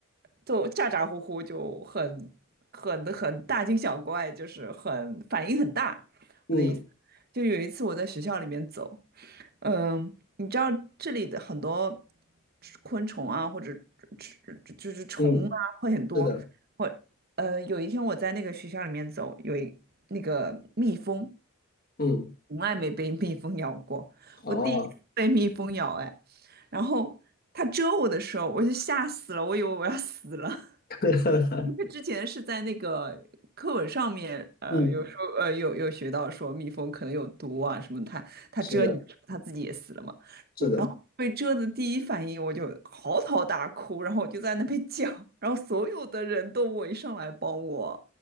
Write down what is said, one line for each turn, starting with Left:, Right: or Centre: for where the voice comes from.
Right: 都咋咋呼呼，就很很很大惊小怪，就是很反应很大。
Left: 嗯
Right: 我的意思，就有一次我在学校里面走，嗯，你知道这里的很多昆虫啊，或者就是虫啊，
Left: 嗯，
Right: 会很多。
Left: 是的，
Right: 我呃，有一天我在那个学校里面走，有一那个蜜蜂，
Left: 嗯
Right: 从来没被蜜蜂咬过，
Left: 好啊，
Right: 我第一次被蜜蜂咬，哎，然后它蛰我的时候，我就吓死了，我以为我要死了，
Left: <laughs>
Right: <laughs> 因为之前是在那个课文上面，呃，
Left: 嗯
Right: 有时候呃有有学到说蜜蜂可能有毒啊什么它它蛰你的时候，
Left: 是的，
Right: 它自己也死了嘛。
Left: 是的，
Right: 然后被蛰的第一反应我就嚎啕大哭，然后我就在那边叫，然后所有的人都围上来帮我，